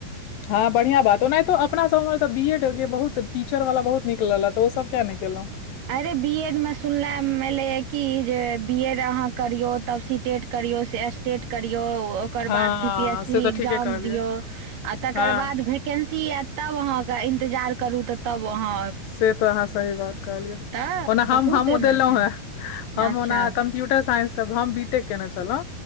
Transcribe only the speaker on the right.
अरे बी एड मे सुनलैम एलैए कि जे बी एड अहाँ करियौ तब सी टेट करियौ से अस्टेट करिऔ ओकर
बाद बी पी एस सी
एग्जाम
दियो आ तकर
बाद भ केंसिल आयत तब अहा के इंतजार करू ते तब अहा
तऽ
बहुत
एहिमे
छै
अच्छा